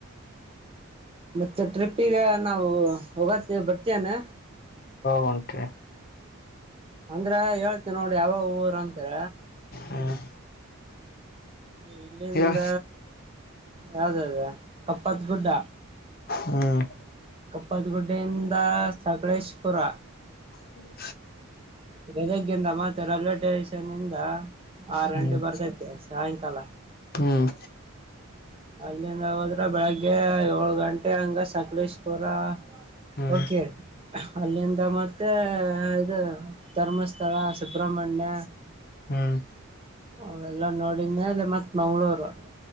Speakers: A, on the right; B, on the left.
A: ಮತ್ತೆ ಟ್ರಿಪ್ಗ ನಾವು ಹೋಗತ್ತೇ ಬರ್ತೇನೆ
B: ಯಂಟೆ
A: ಅಂದ್ರ ಹೇಳ್ತಿ ನೋಡಿ ಯಾವ ಊರ ಅಂತರ
B: ಹ್ಮ್
A: ಇಲ್ಲಿಂದ
B: ಯಾವ
A: ಯಾವ್ದದ ಕಪ್ಪತ್ಗುಡ್ಡ
B: ಹ್ಮ್
A: ಕಪ್ಪತ್ಗುಡ್ಡ ದ ಸಕಳೇಶ್ ಪುರ
B: ಹ್ಮ್
A: ಬೆದಗ್ಗಿಂದ ಮತ್ತೆ ರಲ್ವವೆ ಸ್ಟೇಷನ್ ಇದ ಆರು
B: ಹ್ಮ್
A: ಗಂಟೆ ಬರ್ತೈತೆ ಸಾಯಂಕಾಲ
B: ಹ್ಮ್
A: ಅಲ್ಲಿಂದ ಹೋದ್ರ ಬೆಳಗ್ಗೆ ಏಳ್ ಗಂಟೆ ಹಂಗ ಸಕಲೇಶ್ಪುರ
B: ಹ್ಮ್
A: ಓಕೆ ಅಲ್ಲಿಂದ ಮತ್ತೆ ಇದು ಧರ್ಮಸ್ಥಳ ಸುಬ್ರಹ್ಮಣ್ಯ
B: ಹ್ಮ್ ಹ್ಮ್
A: ಅವೆಲ್ಲ ನೋಡಿದ ಮೇಲೆ ಮತ್ತ್ ಮಂಗ್ಗಳೂರು